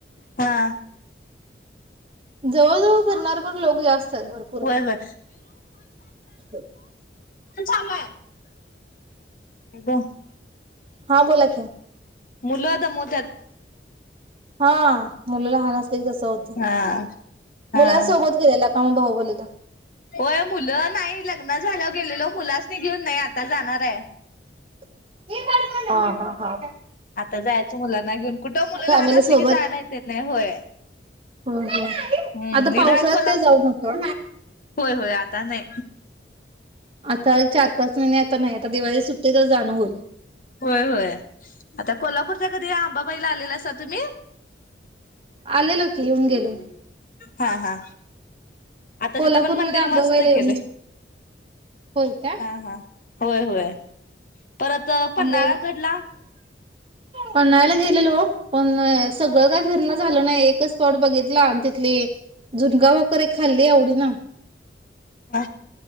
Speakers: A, on the left (about 50°); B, on the right (about 30°).
A: हा
B: जवळ जाऊ फिरणारं पण लोक जास्त एत भरपूर एत.
A: होय होय
B: <inaudible>
A: पण चांगला ए <inaudible> ग
B: हा बोला की
A: मुलं दमोत
B: हा! मुलं लहान असतील तसं होतं.
A: हा हा
B: मुलां सोबत गेलेला आम्ही भाऊबलीला
A: होय. मुलं नाही. लग्न झालं, गेलेलो. मुलासनी घेऊन नाई. आत्ता जाणार आए.
B: <unintelligible> हम्म हम्म हम्म
A: आता जायचं मुलांना घ्युन कुटं. मुलं
B: फॅमिली
A: लहान असली
B: सोबत.
A: की जायला येता येत नाही. होय.
B: हो हो.
A: हम.
B: आता
A: निरायकोला,
B: पावसाळ्यात काय जाऊ नका.
A: होय होय आता नाई
B: आता चार पाच मइने आता नाही. आता दिवाळी सुट्ट तिथं जाणं होईल.
A: होय होय. आता कोल्हापूरच्या कधी आंबा बाईला आलेला असा तुम्ही
B: आलेलो की! युन गेलो.
A: हा हा आता
B: कोल्हापूरमध्ये
A: तिथं पण मंदिर
B: आंबाबाईला
A: मस्त
B: येऊन
A: केलंय.
B: गेलो. होय का?
A: हा हा होय होय परत पन्नाळा
B: आंबा
A: गडला
B: पन्हाळला गेलेलो पण सगळं काय फिरण झालं नाही एकच स्पॉट बघितला आणि तिथली झुनका भाकर ही खाल्ली आवडीन.
A: हा